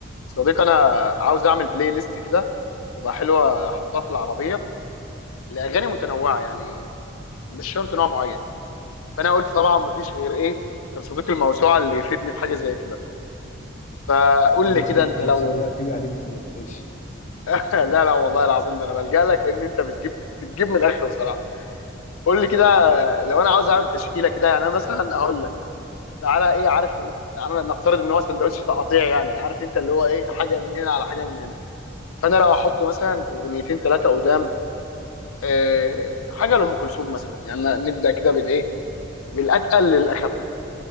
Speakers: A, on the left; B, on the left.
A: صديقي انا عاوز اعمل بلاي ليست كده تبقى حلوه احطها في العربيه لاغاني متنوعه يعني مش شرط نوع معين فانا قلت طبعا مفيش غير ايه غير صديقي الموسوعه اللي يفيدني في حاجه زي كده فقول
B: يا عم
A: لي كده
B: صديقك
A: انت
B: الموسوعة
A: لو
B: ده بتيجي عليه بكتير ماشي
A: <laughs> لا لا والله العظيم ده انا بلجأ لك لان انت بتجيب بتجيب من الاخر بصراحه قول لي كده لو انا عاوز اعمل تشكيله كده يعني انا مثلا هقول لك تعالى ايه عارف تعالى نفترض ان هو سندوتش تقاطيع يعني عارف انت اللي هو ايه حاجه من هنا على حاجه من هنا فانا لو احط مثلا اغنيتين ثلاثه قدام آه، حاجه لام كلثوم مثلا يعني نبدا كده بالايه بالاتقل للاخف